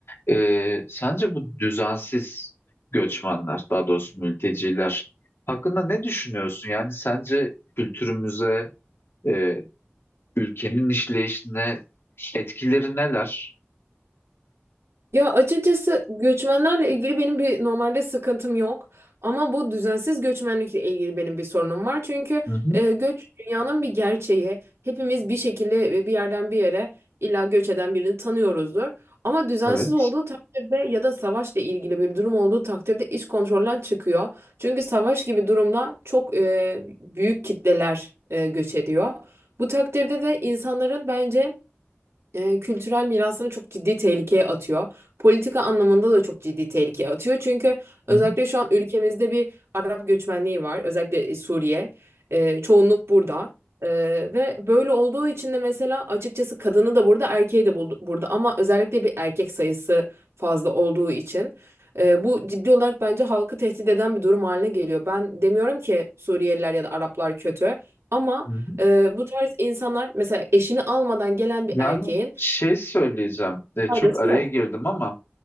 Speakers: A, on the left (about 65°); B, on the right (about 80°).
A: E, sence bu düzensiz göçmenler, daha doğrusu mülteciler hakkında ne düşünüyorsun? Yani sence kültürümüze, e, ülkenin işleyişine etkileri neler?
B: Ya açıkçası göçmenlerle ilgili benim bir normalde sıkıntım yok. Ama bu düzensiz göçmenlikle ilgili benim bir sorunum var. Çünkü
A: Hı hı.
B: e, göç dünyanın bir gerçeği. Hepimiz bir şekilde ve bir yerden bir yere illa göç eden birini tanıyoruzdur. Ama düzensiz
A: Evet.
B: olduğu takdirde ya da savaşla ilgili bir durum olduğu takdirde iş kontrolden çıkıyor. Çünkü savaş gibi durumda çok e, büyük kitleler e, göç ediyor. Bu takdirde de insanların bence e, kültürel mirasını çok ciddi tehlikeye atıyor. Politika anlamında da çok ciddi tehlikeye atıyor. Çünkü özellikle
A: Hı hı.
B: şu an ülkemizde bir Arap göçmenliği var. Özellikle Suriye. E, çoğunluk burada. E, ve böyle olduğu için de mesela açıkçası kadını da burada, erkeği de bul- burada. Ama özellikle bir erkek sayısı fazla olduğu için e, bu ciddi olarak bence halkı tehdit eden bir durum haline geliyor. Ben demiyorum ki Suriyeliler ya da Araplar kötü. Ama
A: hı.
B: ee, bu tarz insanlar mesela eşini almadan gelen bir
A: Yani
B: erkeğin
A: şey söyleyeceğim, e,
B: faydası
A: çok araya
B: yok.
A: girdim ama